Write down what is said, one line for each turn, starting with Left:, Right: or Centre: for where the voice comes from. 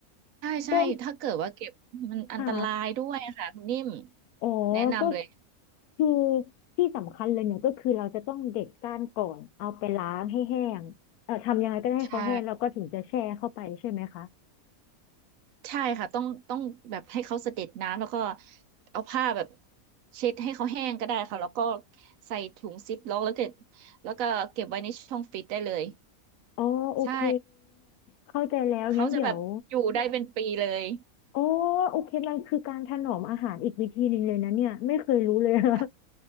Right: ใช่ใช่ถ้าเกิดว่าเก็บมันอันตรายด้วยอะค่ะคุณนิ่ม
Left: ก็ค่ะอ๋อ
Right: แนะนำเลย
Left: ก็คือที่สำคัญเลยเนี่ยก็คือเราจะต้องเด็ดก้านก่อนเอาไปล้างให้แห้งเอ่อทำยังไงก็ได้ให้เขาแห้งแล้วก็ถึงจะแช่เข้าไปใช่ไหมคะ
Right: ใช่ ใช่ค่ะต้องต้องแบบให้เขาเสด็จน้ำแล้วก็เอาผ้าแบบเช็ดให้เขาแห้งก็ได้ค่ะแล้วก็ใส่ถุงซิปล็อกแล้วก็แล้วก็เก็บไว้ในช่องฟิตได้เลย
Left: อ๋อโอเค
Right: ใช่
Left: เข้าใจแล้วงั้นเดี๋ยว
Right: เขาจะแบบอยู่ได้เป็นปีเลย
Left: โอ้โอเคมันคือการถนอมอาหารอีกวิธีหนึ่งเลยนะเนี่ยไม่เคยรู้เลยอะ
Right: <coughs>